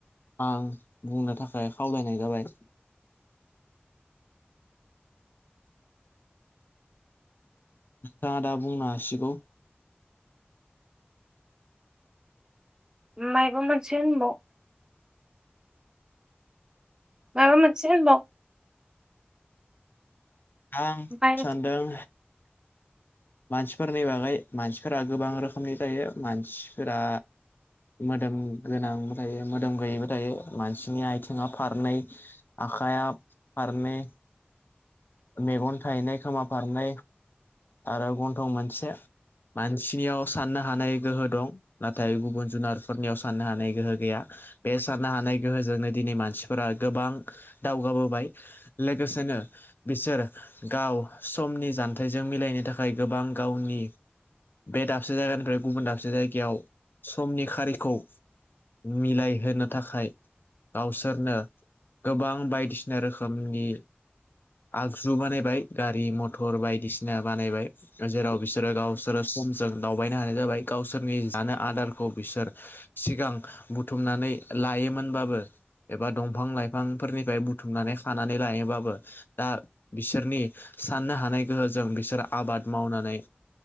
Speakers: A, on the left; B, on the right.
A: आं बुंनो थाखाय खावलायनाय जाबाय नोंथाङा दा बुंनो हासिगौ
B: माइबा मोनसे होनबाव माबा मोनसे होनबाव
A: आं
B: ओमफाय
A: सान्दों मानसिफोरनि बागै मानसिफोरा गोबां रोखोमनि जायो मानसिफोरा मोदोम गोनांबो थायो मोदोम गैयैबो थायो मानसिनि आइथिङा फारनै आखाइया फारनै मेगन थायनै खोमा फारनै आरो गन्थं मोनसे मानसिनियाव साननो हानाय गोहो दं नाथाय गुबुन जुनारफोरनियाव साननो हानाय गोहो गैया बे साननो हानाय गोहोजोंनो दिनै मानसिफोरा गोबां दावगाबोबाय लोगोसेनो बिसोर गाव समनि जान्थायजों मिलायनो थाखाय थाखाय गोबां गावनि बे दाबसे जायगानिफ्राय गुबुन दाबसे जायगायाव समनि खारिखौ मिलायहोनो थाखाय गावसोरनो गोबां बायदिसिना रोखोमनि आगजु बानायबाय गारि मथर बायदिसिना बानायबाय जेराव बिसोरो गावसोरो समजों दावबायनो हानाय जाबाय गावसोरनि जानो आदारखौ बिसोर सिगां बुथुमनानै लायोमोनबाबो एबा दंफां लाइफांफोरनिफाय बुथुमनानै खानानै लायोबाबो दा बिसोरनि साननो हानाय गोहोजों बिसोर आबाद मावनानै